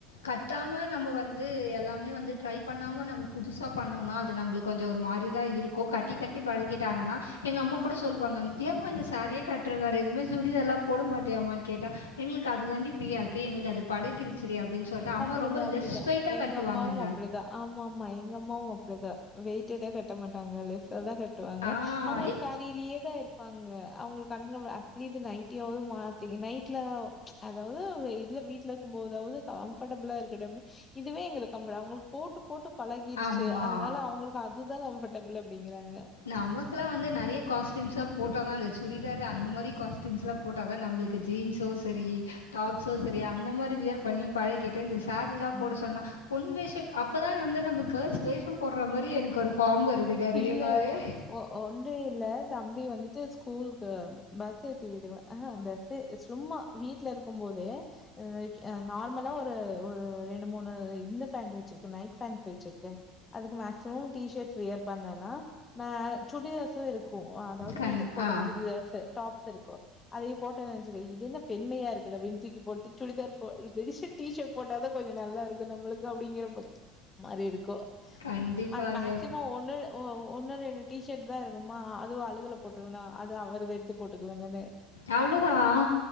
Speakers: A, on the left; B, on the left.
A: கட்டாம நம்ப வந்து எல்லாமே வந்து ட்ரை பண்ணாம நம்ம புதுசா பண்ணோம்னா அது நம்மளுக் கொஞ்சோ ஒரு மாரிதா இருக்கு கட்டி கட்டி பழகிட்டாங்கன்னா எங்க அம்மா கூட சொல்வாங்க ஏமா இந்த சாரிய கட் டுற வேற எதுமே சுடிதால்லா போட மாட்டியாமான கேட்டா எங்களுக்கு அது தாண்டி ஃபீரியா இருக்கு எங்களுக் அது பழகிரிச்சி அப்டின் சொ ல்ட்டு அம்மா
B: அப்படிதா
A: ரொம்ப
B: அப்படிதா
A: லெஸ் வெய்ட்டா
B: எங்க
A: கட்டுவாங்கங்க
B: அம்மாவும் அப்படிதா ஆமா ஆமா எங்க அம்மாவு அப்டிதா வெயிட் எதா கட்ட மாட்டாங்க லெஸ்ஸா தா கட் டுவாங்க
A: ஆ.
B: அவுங்களுக்கு
A: எ
B: சாரியில ஏதா இரு ப்பாங்க அவுங்களுக்கு கண்ண அட்லீஸ்ட் நைட்டி ஆவது மாத்திங் நைட்ல அதாவது இல்ல வீட்டுல இருக்கு போதாவது க ம்ஃபர்டபுளா இருக்குடும்னு இதுவே எங்களுக் போட்டு போட்டு பழகிருச்சு
A: ஆமா.
B: அதனால அவுங்களுக் அதுதா கம்ஃபர்டபுள் அப்டிங்கிறாங்க
A: நமக்குலா வந்து நெறைய காஸ்டியும்ஸ போட்டா தா இந்த சுடிதாரு அந்த மாரி காஸ்டியும்ஸ் எல்லா போட்டா தா நம்மளுக்கு ஜீன்ஸும் சரி டாப்ஸும் சரி அந்த மாரி வியர் பண்ணி பழகிரு இந்த சேரிலா போட
B: ம்.
A: சொன்னா பொன் வேஷ அப்பதா வந்து நம்ம கேர்ள்ஸ் வேஷம் போடுற மாரி எனக்கு ஒரு ஃபார்ம் வருதுங்க ரியலாகவே
B: இல்ல அல்ல ஒ ஒன்ற இல்ல தம்பி வந்துட்டு ஸ்கூலுக்கு பஸ் ஏத்தி விடுவ அ பஸ்ஸூ சும்மா வீட்ல இருக்குபோது ஓ ஆ அ நார்மலா ஒரு ஒரு ரெண்டு மூணு இந்த ஃபேண்ட் வச்சுருக்க நைட் ஃபேண்ட் வச்சுருக்கே அதுக்கு மேச்சும் டி ஷர்ட்ஸ் வியர் பண்ணனா ஆ சுடிதார்சு இருக்கு அதாது
A: கண்
B: வீட்டுக்கு போடுற
A: ஆ
B: சுடிதார்சு டாப்ஸ் இருக்கு அதயே போட்டே வச்சுக்கே இது என்ன பெண்மையா இருக்கு அப்டின்னு தூக்கி போட் டு சுடிதார் போ இது இஸட் டீஷர்ட் போட்டாதா கொஞ்ச நல்லா இருக்கு நம்மளுக்கு அப்டிங்கிற ம மாரி இருக்கு
A: கண்டிப்பாங்க
B: அது மேக் ஒன்னு ஒன்னு ரெண்டு டீஷர்ட் தா இருக்குமா அதுவு அழுகுல போட்டுருவேனா அது அவரது எடுத்து போட்டுக்கு வேணன்னு
A: அவ்வளோதான்